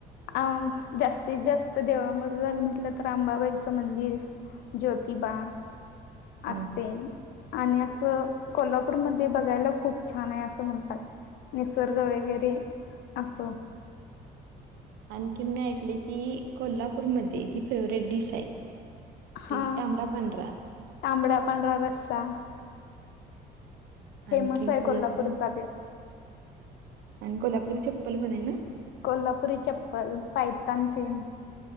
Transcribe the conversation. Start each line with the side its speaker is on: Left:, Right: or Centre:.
Left: अं जास्तीत जास्तं देवांमध्यें जरं म्हटलं तरं अंबाबाईचं मंदिर. ज्योतिबा असं
Right: हा
Left: तेनं आणि असं कोल्हापूरमध्यें बघांयला खूंप छांन आहे असं म्हणतांत. निसर्ग वगैरें असं.
Right: आणखी मी ऐकले की कोल्हापूरमध्यें जी फेवरेट डिश आहे.
Left: हा
Right: ती तांबडा, पांढरा.
Left: तांबडा, पांढरा रस्सा फेमस
Right: आणखीन
Left: आहे
Right: कोल्हापुरी
Left: कोल्हापूरचा त्यो
Right: आणि कोल्हापूरी चप्पल पण आहे ना?
Left: कोल्हापुरी चप्पल पायतान ते न.